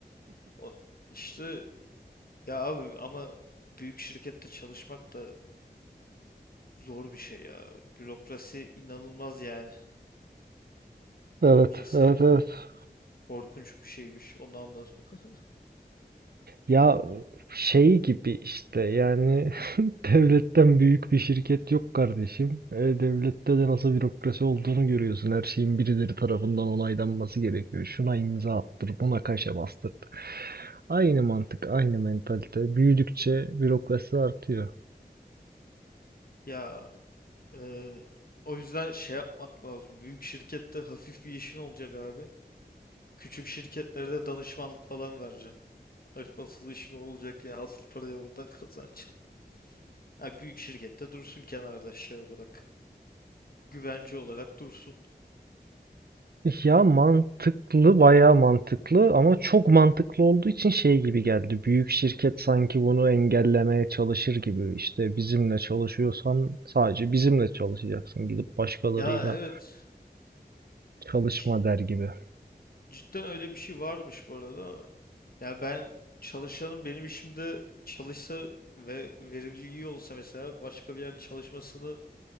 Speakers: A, on the left; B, on the right.
A: O, işte ya abi ama büyük şirkette çalışmak da zor bir şey ya. Bürokrasi inanılmaz yani.
B: Evet,
A: Bürokrasi
B: evet, evet.
A: korkunç bir şeymiş. Onu anladım. <laughs>
B: Ya şey gibi işte yani <laughs> devletten büyük bir şirket yok kardeşim. E, devlette de nasıl bürokrasi olduğunu görüyorsun. Her şeyin birileri tarafından onaylanması gerekiyor. Şuna imza attır, buna kaşe bastır. Aynı mantık, aynı mentalite. Büyüdükçe bürokrasi artıyor.
A: Ya e, o yüzden şey yapmak lazım. Büyük şirkette hafif bir işin olacak abi. Küçük şirketlerde danışmanlık falan vereceksin. A- Asıl işin o olacak ya. Asıl parayı oradan <laughs> kazanacaksın. Ha, büyük şirkette dursun kenarda şey olarak. Güvence olarak dursun.
B: Ya mantıklı, bayağı mantıklı ama çok mantıklı olduğu için şey gibi geldi. Büyük şirket sanki bunu engellemeye çalışır gibi. İşte bizimle çalışıyorsan sadece bizimle çalışacaksın. Gidip başkalarıyla
A: Ya evet.
B: çalışma
A: C-
B: der gibi.
A: cidden öyle bir şey varmış bu arada. Ya ben çalışanım benim işimde çalışsa ve verimliliği iyi olsa mesela başka bir yerde çalışmasını